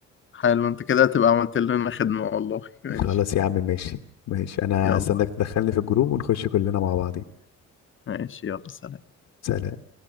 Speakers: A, on the left; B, on the left.
A: حلو انت كده هتبقى عملت لنا خدمة والله ماشي
B: خلاص يا عم ماشي ماشي انا
A: يلا
B: هستناك تدخلني في الجروب ونخش كلنا مع بعضين
A: ماشي يلا سلام
B: سلام